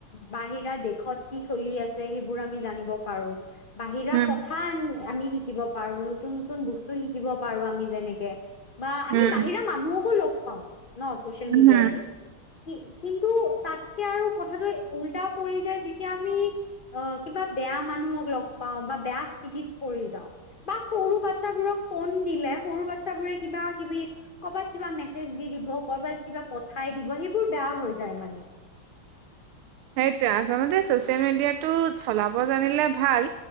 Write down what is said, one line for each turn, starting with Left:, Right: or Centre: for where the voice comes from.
Left: বাহিৰা দেশত কি চলি আছে সেইবোৰ আমি জানিব পাৰো। বাহিৰা
Right: উম
Left: কথা খ আমি শিকিব পাৰো নতুন নতুন বস্তু শিকিব পাৰো আমি যেনেকে বা আমি
Right: উম
Left: বাহিৰা মানুহকো লগ পাও ন চচিয়েল
Right: উম
Left: মিডিয়াইদি।
Right: হম
Left: কি কিন্তু তাতকে আৰু কথাটো উল্টাও পৰি যায় যেতিয়া আমি অ, কিবা বেয়া মানুহক লগ পাও বা বেয়া স্থিতিত পৰি যাওঁ। বা সৰু বাচ্ছাবোৰক ফোন দিলে সৰু বাচ্ছাবোৰে কিবা কিবি ক'বাত কিবা মেছেজ দি দিব কৰবাত কিবা পঠাই দিব সেইবোৰ বেয়া হৈ যায় মানে।
Right: সেইটে আচলতে চচিয়েল মিডিয়াটো চলাব জানিলে ভাল